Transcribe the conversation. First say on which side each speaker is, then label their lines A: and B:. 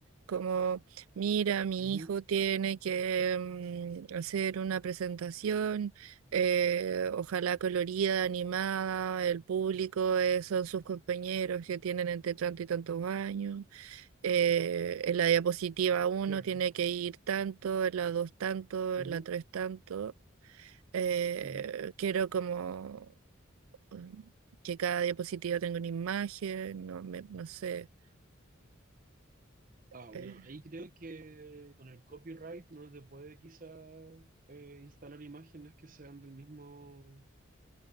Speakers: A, on the right; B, on the right.
A: como, mira, mi
B: ujú.
A: hijo tiene que mm, hacer una presentación, eh, ojalá colorida, animada, el público es- son sus compañeros que tienen entre tanto y tantos años. eh, en la diapositiva uno
B: Claro.
A: tiene que ir tanto, en la 2 tanto,
B: Ujú,
A: en la 3 tanto. Eh,
B: ujú.
A: quiero como mm, que cada diapositiva tenga una imagen, no, me- no sé.
B: Ah, bueno,
A: eh.
B: ahí creo que con el copyright no se puede quizá eh, instalar imágenes que sean del mismo,